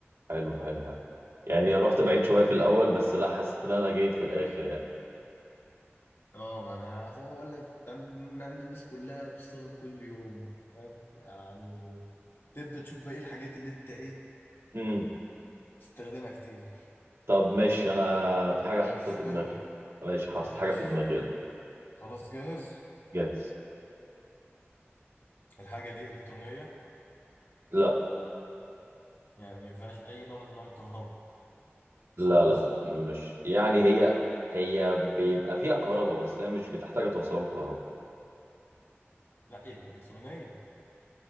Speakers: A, on the right; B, on the left.
A: حلو حلو حلو يعني رحت بعيد شويه في الاول بس لا حسيت ان انا جيت في الاخر يعني
B: اه ما انا عايز اقول لك عند عند الناس كلها بتستخدم كل يوم فاهم يعني تبدأ تشوف بقى ايه الحاجات اللي انت ايه
A: امم
B: تستخدمها كتير
A: طب ماشي انا في حاجه
B: ماشي
A: حاططها في
B: دورك
A: دماغي ماشي حاطط
B: ماشي
A: حاجه في دماغي يلا.
B: خلاص جاهز
A: جاهز
B: الحاجة دي إلكترونية
A: لا
B: يعني ما فيهاش أي نوع من أنواع الكهرباء خالص
A: لا لا لا، مش يعني هي هي بيبقى فيها كهرباء بس هي مش بتحتاج توصلها بالكهرباء
B: لا يبقى إلكترونية